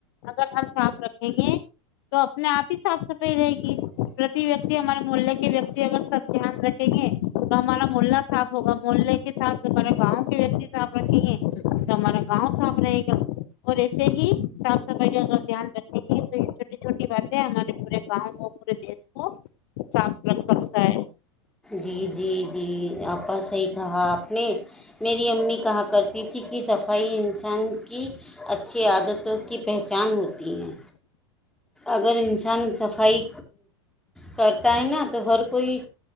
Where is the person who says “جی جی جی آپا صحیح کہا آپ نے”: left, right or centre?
Centre